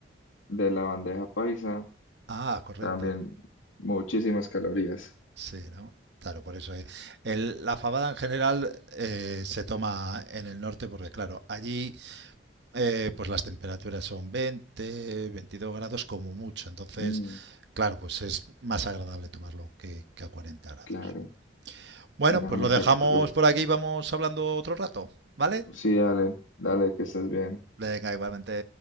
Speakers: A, on the left; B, on the right.
A: de la bandeja paisa,
B: Ah, correcto.
A: también muchísimas calorías.
B: Sí, ¿no? Claro, por eso. eh. El- la fabada en general eh, se toma en el norte porque, claro, allí eh, pues las temperaturas son 20 22 grados como mucho. Entonces,
A: Mm,
B: claro, pues es más agradable tomarlo que, que a 40 grados.
A: claro,
B: Bueno,
A: nada
B: pues
A: mejor
B: lo dejamos
A: que algo.
B: por aquí y vamos hablando otro rato, ¿vale?
A: Sí, dale, dale, que estés bien.
B: Venga, igualmente.